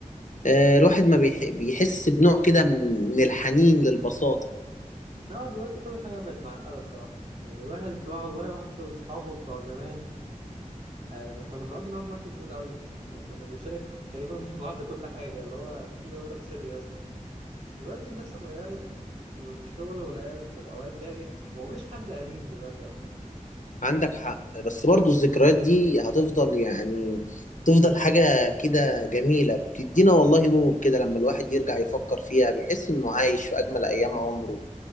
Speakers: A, on the left; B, on the right.
A: آه، الواحد ما بيح- بيحس بنوع كده من الحنين للبساطة
B: اه دلوقتي كل حاجة بقت معقدة الصراحة يعني الواحد والله وحش أصحابه بتوع زمان آه، لما كنا بنقضي معاهم وقت طويل قوي يعني كنا بنشارك تقريبا <laughs> مع بعض كل حاجة اللي هو بتيجي أقول لك سر يا اسطى دلوقتي الناس اتغيرت والشغل والأ- والأوقات ضاقت ومفيش حد أمين دلوقتي أصلا
A: عندك حق بس برضو الذكريات دي هتفضل يعني تفضل حاجة كده جميلة بتدينا والله نور كده لما الواحد يرجع يفكر فيها بيحس إنه عايش في أجمل أيام عمره